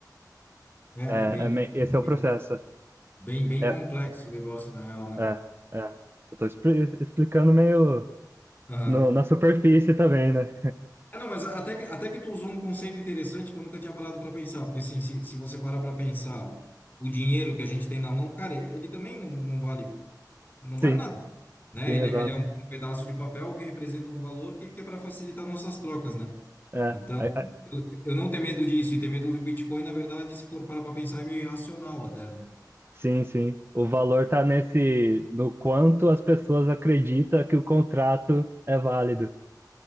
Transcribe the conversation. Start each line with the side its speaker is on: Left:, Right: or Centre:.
Left: É,
Right: É,
Left: é bem,
Right: é me- esse
Left: bem,
Right: é o processo.
Left: bem, bem
Right: É
Left: complexo o negócio, na real, né?
Right: É, é. Eu tô expli- explicando meio
Left: Aham.
Right: no- na superfície também, né?
Left: É, não, mas até que, até que tu usou um conceito interessante que eu nunca tinha parado para pensar, porque assim, se, se você parar para pensar o dinheiro que a gente tem na mão, cara, ele ele também não, não vale, não vale
Right: Sim,
Left: nada, né?
Right: sim,
Left: Ele,
Right: exato.
Left: é- ele é um pedaço de papel que representa um valor que, que é para facilitar nossas trocas, né?
Right: É,
Left: Então,
Right: é, é,
Left: eu, eu não tenho medo disso, e ter medo do Bitcoin, na verdade, se for parar para pensar, é meio irracional até, né?
Right: sim, sim. O valor tá nesse, no quanto as pessoas acreditam que o contrato é válido.